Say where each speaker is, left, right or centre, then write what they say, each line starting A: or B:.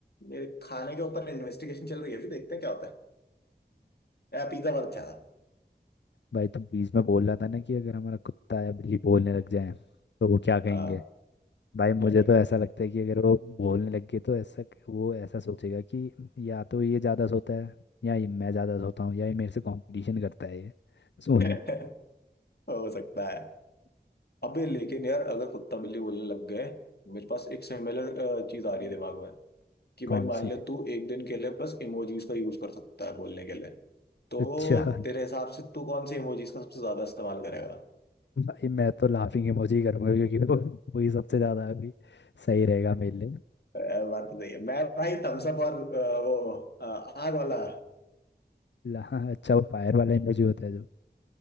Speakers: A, on the left (about 65°); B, on the left (about 80°).
A: मेरे खाने के ऊपर इन्वेस्टिगेशन चल रही है अभी देखते हैं क्या होता है यार पिज्जा बहुत अच्छा था
B: भाई तू बीच में बोल रहा था ना कि अगर हमारा कुत्ता या बिल्ली बोलने लग जाए तो वो क्या कहेंगे
A: हाँ
B: भाई मुझे
A: क्या कहेंगे
B: तो ऐसा लगता है कि अगर वो बोलने लग गए तो ऐसा वो ऐसा सोचेगा कि या तो ये ज़्यादा सोता है या ये मैं ज़्यादा सोता हूँ या ये मेरे से कंपटीशन करता है ये सोने
A: <laughs> हो सकता है अबे लेकिन यार अगर कुत्ता बिल्ली बोलने लग गए मेरे पास एक सिमिलर चीज आ रही है दिमाग में कि भाई
B: कौन
A: मान
B: सी
A: ले तू एक दिन के लिए बस इमोजीज का यूज कर सकता है बोलने के लिए तो
B: अच्छा
A: तेरे हिसाब से तू कौन सी इमोजीज का सबसे ज्यादा इस्तेमाल करेगा
B: भाई मैं तो लाफिंग इमोजी ही करूँगा क्योंकि वो वही सबसे ज़्यादा अभी सही रहेगा मेरे लिए
A: अ, बात तो सही है मैं भाई थम्स अप और अ, वो अ, आग वाला
B: ला- हाँ अच्छा वो फायर वाला इमोजी होता है जो